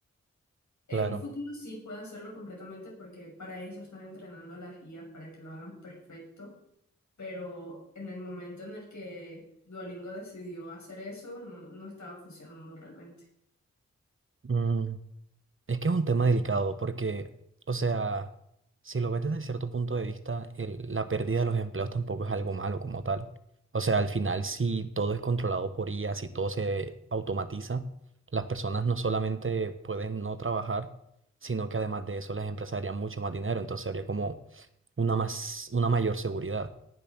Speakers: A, on the left; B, on the right.
A: En
B: Claro.
A: un futuro sí puede hacerlo completamente porque para eso están entrenando a las IAs, para que lo hagan perfecto, pero en el momento en el que Duolingo decidió hacer eso, no, no estaba funcionando realmente.
B: Mm, Es que es un tema delicado porque, o sea, si lo ves desde cierto punto de vista, el- la pérdida de los empleos tampoco es algo malo como tal. O sea, al final, si todo es controlado por IA, si todo se automatiza, las personas no solamente pueden no trabajar, sino que además de eso las empresas harían mucho más dinero. Entonces habría como una más, una mayor seguridad.